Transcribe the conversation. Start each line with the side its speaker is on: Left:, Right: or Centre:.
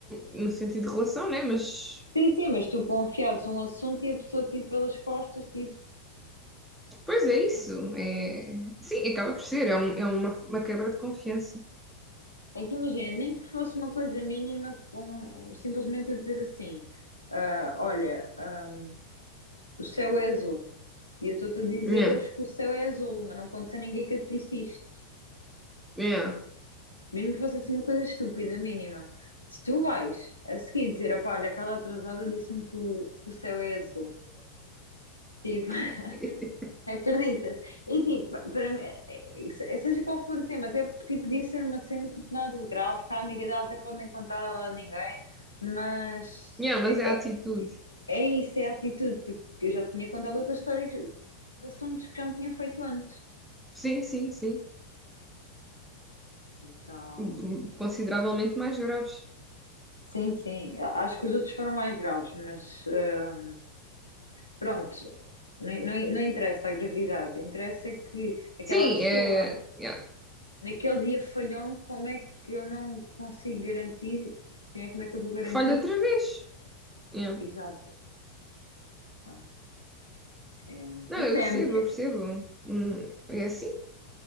Centre: no sentido de relação, né? Mas,
Left: Sim, sim, mas tu confiares um assunto e a pessoa tipo pelas costas, tipo,
Centre: pois é isso. É... Sim, acaba por ser. É, um- é uma, uma quebra de confiança.
Left: É que imagina, nem que fosse uma coisa mínima, com simplesmente eu dizer assim: ah, olha, ah, o céu é azul. E eu estou-te a dizer
Centre: Yeah,
Left: hoje que o céu é azul, mas não contes a ninguém que eu te disse isto.
Centre: yeah.
Left: Mesmo que fosse assim uma coisa estúpida, mínima. Se tu vais a seguir dizer: opá, olha, aquela atrasada disse-me que o, que o céu é azul. Tipo, <laughs>
Centre: <laughs>
Left: acreditas? E tipo, para mim, eh, se- seja qual for o tema, até tipo, podia ser uma cena tipo nada de grave, que a amiga dela até pode nem contar a ela a ninguém. Mas
Centre: Yeah, mas
Left: é
Centre: é a atitude.
Left: É isso, é a atitude, porque eu já tinha contado outra história que- de assuntos que já me tinham feito antes.
Centre: Sim, sim, sim.
Left: Então,
Centre: Hum, Consideravelmente mais graves.
Left: sim, sim, a- acho que os outros foram mais graves, mas ah, pronto, não, não, não interessa a gravidade, interessa é que aquela
Centre: Sim,
Left: pessoa
Centre: é. yeah.
Left: naquele dia falhou-me, como é que eu não consigo garantir, né, como é que eu vou garantir?
Centre: Que falha outra vez. Yeah.
Left: Exato, pronto, é,
Centre: Não,
Left: pronto,
Centre: eu
Left: é
Centre: percebo,
Left: a minha,
Centre: eu percebo. Hum, é assim.